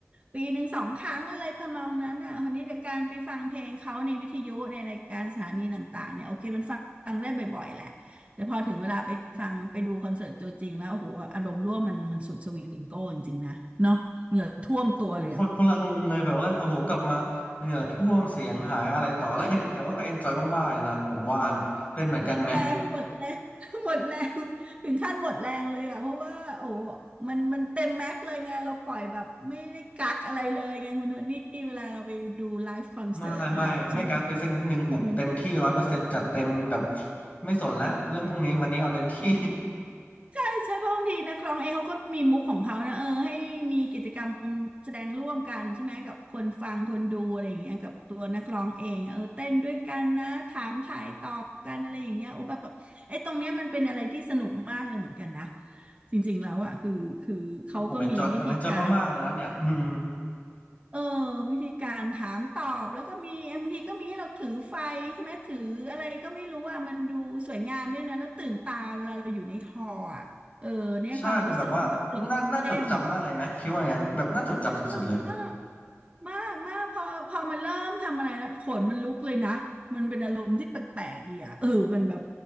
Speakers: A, on the right; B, on the left.
A: ปีหนึ่งสองครั้งอะไรทำนองนั้นอ่ะคนนี้แต่การไปฟังเพลงเขาในวิทยุในรายการสถานีต่างๆเนี่ยโอเคมันฟังได้บ่อยๆแหละแต่พอถึงเวลาไปฟังไปดูคอนเสิร์ตตัวจริงแล้วโอ้โหอารมณ์ร่วมมันมันสุดสวิงลิงโก้จริงๆนะเนาะเหงื่อท่วมตัวเลยอะ
B: คนคนละอารมณ์เลยแบบว่าโอ้โหกลับมาเหงื่อท่วมเสียงหายอะไรต่ออะไรแต่ว่าก็เอนจอยมากๆเลยนะผมว่าเนี่ยเป็นเหมือนกันไหม
A: แรงหมดแรง <laughs> หมดแรงถึงขั้นหมดแรงเลยอ่ะเพราะว่าโอ้มันมันเต็มแม็กซ์เลยไงเราปล่อยแบบไม่ได้กักอะไรเลยไงคุณโทนี่เวลาเราไปดูไลฟ์คอนเสิร์ตอะนะใช่ป่ะอืม
B: ไม่ไม่ไม่กักเลยสักนิดนึงแบบเต็มที่ร้อยเปอร์เซ็นต์จัดเต็มแบบไม่สนละเรื่องพวกนี้วันนี้เอาเต็มที่
A: ใช่เพราะบางทีนักร้องเองเขาก็มีมุกของเขานะเออให้มีกิจกรรมแสดงร่วมกันใช่ไหมกับคนฟังคนดูอะไรอย่างเงี้ยกับตัวนักร้องเองเออเต้นด้วยกันนะถามถ่ายตอบกันอะไรอย่างเงี้ยโอ้แบบแบบไอ้ตรงเนี้ยมันเป็นอะไรที่สนุกมากเลยเหมือนกันนะจริงๆแล้วอะคือคือเขาก็มีวิธีการ
B: <laughs> ผมเอนจอยผมเอนจอยมากๆเลยนะเนี่ยอืม
A: เออวิธีการถามตอบแล้วก็มีบางทีก็มีให้เราถือไฟใช่ไหมถืออะไรก็ไม่รู้อ่ะมันดูสวยงามด้วยนะแล้วตื่นตาเวลาเราอยู่ในฮอลล์อ่ะเออเนี่ยความรู้สึกที่แบบตื่นเต้น
B: ใช่มันแบบว่าน่าน่าจดจำมากเลยไหมคิดว่าไงแบบน่าจดจำสุดๆเลย
A: มากมากมากมากพอพอมันเริ่มทำอะไรแล้วขนมันลุกเลยนะมันเป็นอารมณ์ที่แปลกๆดีอ่ะเออมันแบบ